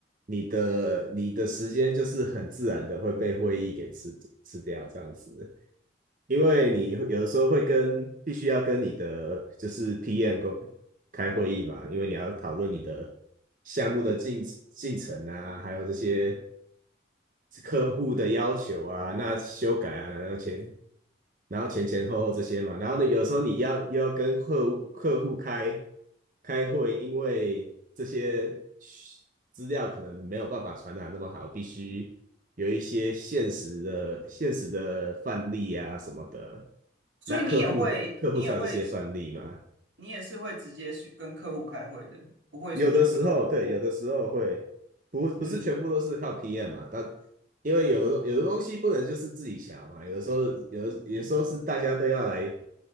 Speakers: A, on the right (about 45°); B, on the right (about 85°).
A: 你的你的时间就是很自然的会被会议给吃吃掉这样子，因为你有的时候会跟必须要跟你的就是 PM 工开会议嘛，因为你要讨论你的项目的进进程啊，还有这些客户的要求啊，那修改啊，然后前然后前前后后这些嘛，然后呢，有时候你要又要跟客户客户开开会，因为这些资料可能没有办法传达那么好，必须有一些现实的现实的范例啊什么的，
B: 所以你也会，
A: 那客户客户才有这些范例嘛。
B: 你也会，你也是会直接去跟客户开会的，不会说全部都很
A: 有的时候对，
B: OK。
A: 有的时候会不不是全部都是靠
B: 嗯，
A: PM 嘛，但因为有的有的东西不能就是自己瞧嘛，有的时候有的有的时候是大家都要来